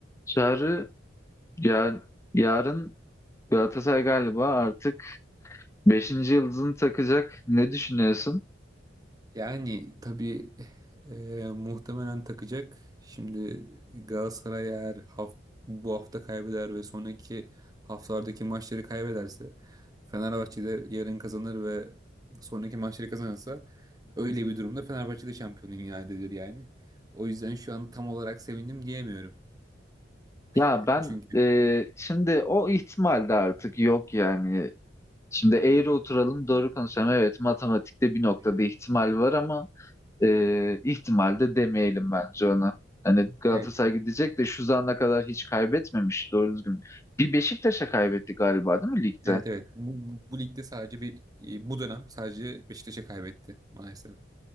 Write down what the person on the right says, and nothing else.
Yani tabii e, muhtemelen takacak. Şimdi Galatasaray eğer haf- bu hafta kaybeder ve sonraki haftalardaki maçları kaybederse Fenerbahçe de yarın kazanır ve sonraki maçları kazanırsa öyle bir durumda Fenerbahçe de şampiyon ilan edilir yani. O yüzden şu an tam olarak sevindim diyemiyorum.
<laughs>
Çünkü
Evet.
evet çok
evet evet bu, bu, bu ligde sadece bir bu dönem sadece Beşiktaş'a kaybetti maalesef.